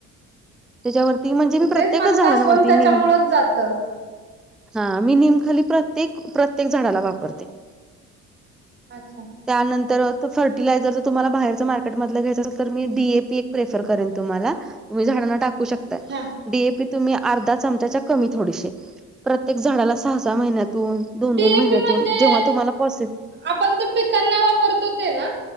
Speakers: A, in the centre; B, on the right.
A: त्याच्यावरती
B: हम्म,
A: म्हणजे, मी प्रत्येकच
B: तेच माझं
A: झाडांवरती
B: जास्वंद त्याच्यामुळेच
A: निंब
B: जात
A: हा मी निमखली प्रत्येक, प्रत्येक झाडाला वापरते.
B: अच्छा!
A: त्यानंतर, तो फर्टिलायझर जर तुम्हाला बाहेरचं मार्केटमधलं घ्यायच असेल तर मी डी. ए. पी, एक रेफर करेन तुम्हाला, तुम्ही झाडांना टाकू शकता.
B: हा
A: डी. ए. पी. तुम्ही अर्धा चमचाच्या कमी थोडीशी प्रत्येक झाडाला सहा सहा महिन्यातून दोन
B: डी.
A: दोन
B: ए.
A: महिन्यातून
B: पी. म्हणजे
A: जेव्हा तुम्हाला पॉसि
B: आपण तो पिकांना वापरतो ते ना?